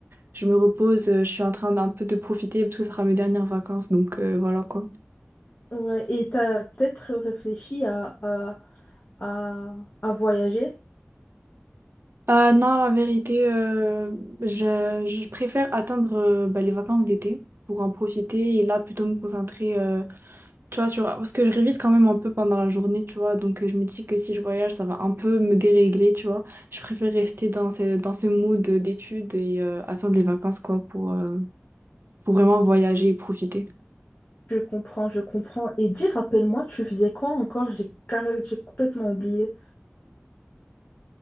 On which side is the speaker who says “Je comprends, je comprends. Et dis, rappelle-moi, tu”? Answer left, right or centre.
Left